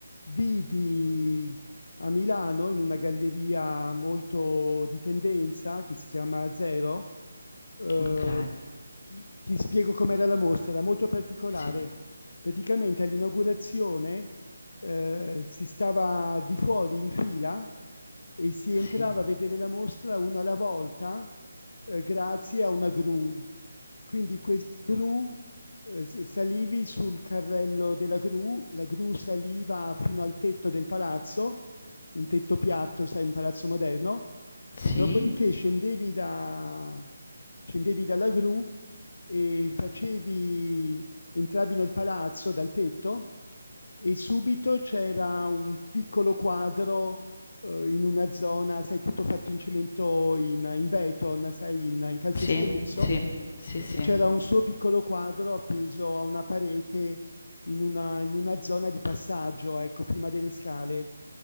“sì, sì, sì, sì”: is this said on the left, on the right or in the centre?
Left